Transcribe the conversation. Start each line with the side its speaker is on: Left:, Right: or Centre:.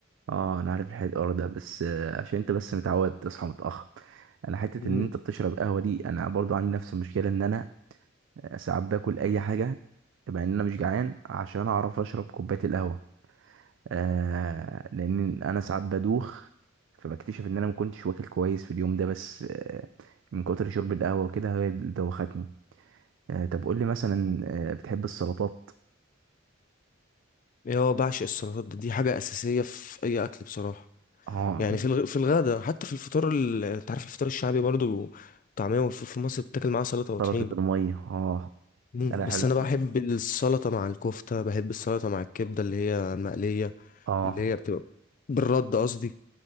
Right: اه انا عارف الحوار ده بس آه، عشان انت بس متعود تصحى متاخر انا حته
Left: مم.
Right: ان انت بتشرب قهوه دي انا برضو عندي نفس المشكله ان انا آه، ساعات باكل اي حاجه مع ان انا مش جعان عشان اعرف اشرب كوبايه القهوه آه لان انا ساعات بدوخ فبكتشف ان انا ما كنتش واكل كويس في اليوم ده بس آه من كتر شرب القهوه وكده هي اللي دوختني آه طب قول لي مثلا آه بتحب السلطات
Left: إيه هو بعشق السلطات ده دي حاجه اساسيه في اي اكل بصراحه
Right: اه
Left: يعني في الغ... في الغدا حتى في الفطار ال... انت عارف الفطار الشعبي برضو طعميه والفول في مصر بتاكل معاه سلطه وطحين
Right: سلطه الميه اه
Left: مم.
Right: انا بحب
Left: بس انا بحب السلطه مع الكفته بحب السلطه مع الكبده اللي هي المقليه
Right: اه
Left: اللي هي بتبقى بالرد قصدي